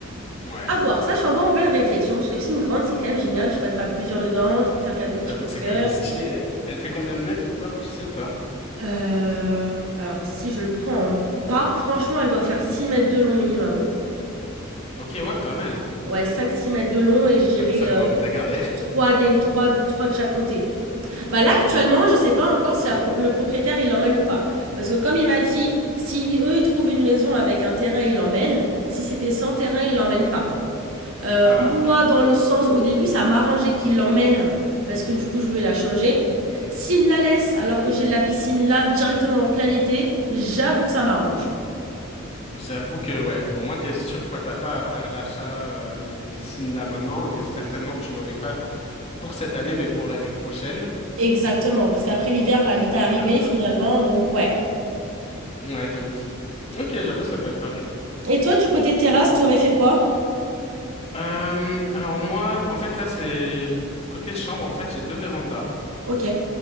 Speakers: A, on the left; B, on the right.
A: ouais.
B: À voir, ça je suis encore en pleine réflexion parce que la piscine grande c'est quand même génial, tu peux être à plusieurs dedans, tu peux faire quelques petites
A: J'avoue
B: longueurs.
A: que c'est quand même stylé. Elle fait combien de mètres, genre, tu sais ou pas?
B: Heu, alors si je le prends en pas, franchement, elle doit faire 6 mètres de long minimum.
A: Ok, ouais, pas mal.
B: Ouais, cinq six mètres de long et je dirais,
A: J'avoue, ça donne
B: heu,
A: envie de la garder. <laughs>
B: 3 des 3 3 de chaque côté. Bah, là,
A: Ok.
B: actuellement, je sais pas encore si la pro le propriétaire, il l'emmène ou pas. Parce que comme il m'a dit, si eux, ils trouvent une maison avec un terrain, ils l'emmènent. Si c'était sans terrain, ils l'emmènent pas. Heu,
A: Ah, ok.
B: moi, dans le sens, au début, ça m'arrangeait qu'ils l'emmènent parce que, du coup, je voulais la changer. S'ils me la laissent alors que j'ai la piscine là, directement en plein été, j'avoue que ça m'arrange.
A: J'avoue que, ouais, au moins t'es sûr, quoi, t'as pas à faire l'achat euh, d'une piscine là maintenant, et certainement que tu l'aurais pas pour cette année, mais pour l'année prochaine.
B: Exactement, parce qu'après l'hiver
A: Donc,
B: va
A: tu
B: vite
A: profites
B: arriver
A: pas totalement.
B: finalement, donc ouais.
A: Ouais, de ouf. Ok, j'avoue, ça peut être pas mal.
B: Et toi, du côté terrasse, tu aurais fait quoi?
A: Euh, alors moi, en fait là c'est côté chambre, en fait j'ai deux vérandas
B: Ok.